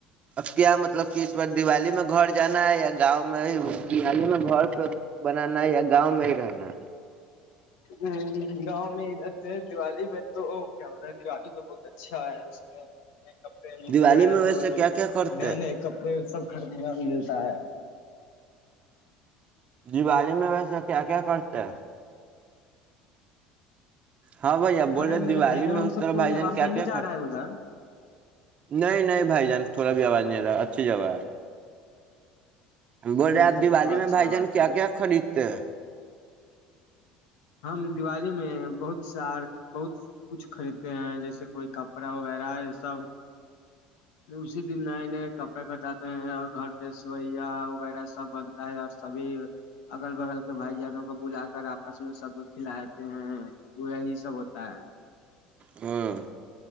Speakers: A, on the right (about 40°); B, on the left (about 75°).
A: اب کیا مطلب کہ اس بار دیوالی میں گھر جانا ہے یا گاؤں میں ہی بیاالی میں گھر پہ بنانا یا گاؤں میں ہی رہنا
B: ہ گاؤں میں ادھر سے دیوالی میں تو کیا ہوتا ہے دیوالی تو بہت اچھا ہے اس میں <unintelligible> کپڑےٹغیرہ
A: دیوالی ویسے
B: میں وہ سب
A: کیا کیا کرتے
B: نہیں نہیں کپڑے سب <unintelligible> خر ملتا ہے <unintelligible>
A: دیوالی میں ویسے کیا کیا کرتے ہیں ہاں بھیا
B: بولے میرے
A: دیوالی
B: بیک گراؤنڈ
A: میں اس
B: سے
A: طرح
B: کوئی
A: بھائی جان
B: آواز
A: کیا
B: نہیں ن
A: کیا
B: جا
A: کرتے
B: رہا ہے ادھر
A: نہیں نہیں بھائی جان تھوڑا بھی آواز نہیں آ رہا اچھی جگہ ہے بول
B: چلیے
A: رہے ہیں آپ
B: تب
A: دیوالی
B: تو اچھا
A: میں بھائی جان
B: بات
A: کیا
B: ہے
A: کیا خریدتے ہیں
B: ہم دیوالی میں بہت سار بہت کچھ خریدتے ہیں جیسے کوئی کپڑا وغیرہ سب اسی دن نئے نئے کپڑے خریداتے ہیں اور گھر پہ سویا وغیرہ سب بنتا ہے اور سبھی اگل بگل کے بھائی جانوں کو بلا کر آپس میں سب کو کھلاتے ہیں وہ یہی سب ہوتا ہے <unintelligible>
A: ہ <unintelligible>